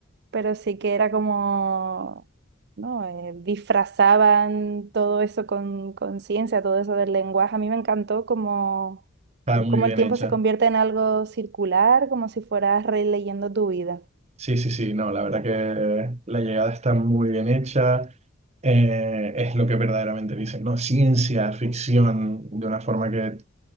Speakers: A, on the right; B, on the right.
A: pero sí que era como, ¿no? Eh, disfrazaban todo eso con, con ciencia, todo eso del lenguaje. A mí me encantó como,
B: está muy
A: como
B: bien
A: el tiempo
B: hecha.
A: se convierte en algo circular, como si fueras releyendo tu vida.
B: Sí, sí, sí, no, la verdad que la llegada está muy bien hecha, eh, es lo que verdaderamente dicen, ¿no? Ciencia, ficción, de una forma que